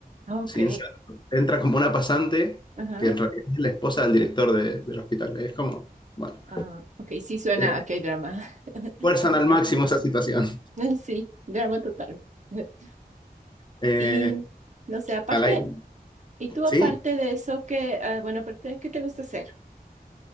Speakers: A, on the right (about 50°); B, on the left (about 30°).
A: Ah, Ok.
B: Sin sa- entra como una pasante,
A: Ajá.
B: que en realidad es la esposa del director de- del hospital. Es como, bueno,
A: Ah, ok, sí suena
B: eh,
A: a que drama. <laughs>
B: fuerzan al
A: Ah,
B: máximo esa situación.
A: Sí, drama total. <laughs>
B: Eh,
A: Y no sé, aparte,
B: al aire.
A: y tú
B: Sí,
A: aparte de eso, que, bueno, aparte, de ¿qué te gusta hacer?